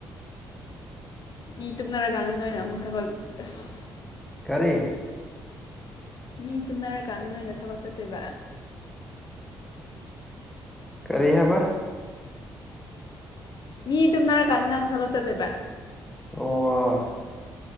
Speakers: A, on the left; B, in the centre.
A: ꯃꯤ ꯇꯨꯝꯅꯔꯀꯥꯟꯗ ꯅꯣꯏꯅ ꯑꯃꯨꯛ ꯊꯕꯛ ꯑꯁ
B: ꯀꯔꯤ
A: ꯃꯤ ꯇꯨꯝꯅꯔꯀꯥꯟꯗ ꯅꯣꯏꯅ ꯊꯕꯛ ꯆꯠꯇꯣꯏꯕ
B: ꯀꯔꯤꯍꯥꯏꯕ
A: ꯃꯤ ꯇꯨꯝꯅꯔꯀꯥꯟꯗ ꯅꯪ ꯊꯕꯛ ꯆꯠꯇꯣꯏꯕꯥ
B: ꯑꯣ